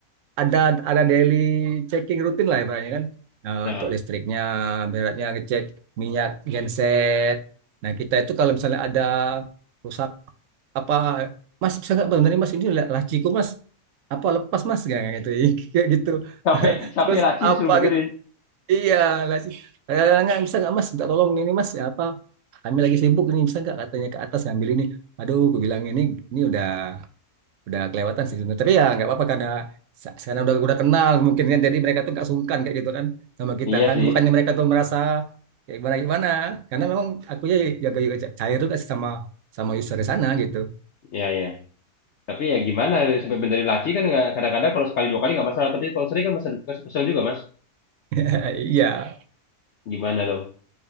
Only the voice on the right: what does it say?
ada ada daily checking rutin lah ibaratnya kan. Nah,
untuk listriknya, beratnya ngecek minyak genset. Nah, kita itu kalau misalnya ada rusak apa Mas bisa nggak benar Mas ini la- laciku Mas apa lepas Mas kayak gitu <laughs> kayak gitu.
<laughs>
Terus
apa
gitu. Iya, lah sih. Eh, nggak bisa nggak mas, minta tolong ini mas, ya apa? Kami lagi sibuk ini bisa nggak katanya ke atas ngambil ini. Aduh, aku bilang ini ini udah udah kelewatan sih sebenarnya. Tapi ya nggak apa-apa karena sa- karena udah udah kenal mungkin kan. Jadi mereka tuh nggak sungkan kayak gitu kan sama kita
kan.
Bukannya mereka tuh merasa kayak gimana gimana. Karena memang aku ya jaga juga cair juga sih sama sama user di sana gitu.
<laughs> Iya.